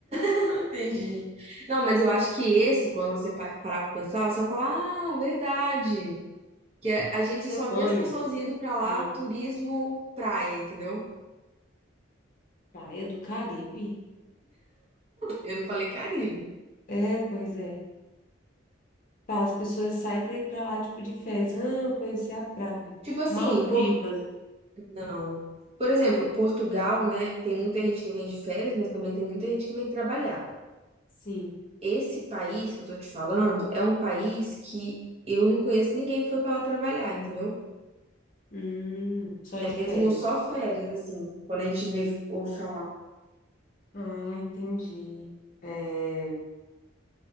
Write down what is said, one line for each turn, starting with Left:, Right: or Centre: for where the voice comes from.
Right: <laughs> Entendi. Não, mas eu acho que esse, quando você pa- parar pra pensar, você vai falar, ah, verdade. Que é- a gente
Left: Alemanha,
Right: só vê as pessoas indo pra lá,
Left: não.
Right: turismo praia, entendeu?
Left: Praia do Caribe.
Right: Eu não falei Caribe.
Left: É, pois é. Tá, as pessoas saem para ir para lá, tipo, de férias. Ah, eu conheci a praia.
Right: Tipo assim,
Left: Maldivas,
Right: Por... não. Por exemplo, Portugal, né? Tem muita gente que vem de férias, mas também tem muita gente que vem trabalhar.
Left: sim.
Right: Esse país que eu tô te falando é um país que eu não conheço ninguém que foi pra lá trabalhar, entendeu?
Left: Hum, só
Right: É
Left: de
Right: mesmo
Left: férias.
Right: só férias, assim, quando a gente vê ou falar.
Left: Ah, entendi. É,